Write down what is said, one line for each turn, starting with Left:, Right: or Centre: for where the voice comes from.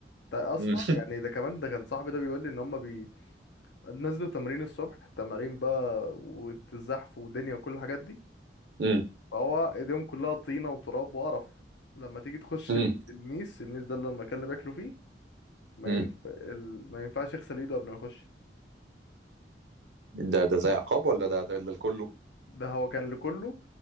Left: ده اصلا
Right: مم.
Left: يعني ده كمان ده كان صاحبي ده بيقول لي ان هم بي... نزلوا تمرين الصبح تمارين بقى والزحف ودنيا وكل الحاجات دي
Right: مم.
Left: فهو ايديهم كلها طينه وتراب وقرف لما تيجي تخش
Right: مم.
Left: ال- الميس الميس ده اللي هو المكان اللي بياكلوا فيه ما
Right: مم.
Left: ينف... ال... ما ينفعش يغسل ايده قبل ما يخش
Right: ده ده زي عقاب ولا ده ده للكله
Left: ده هو كان لكله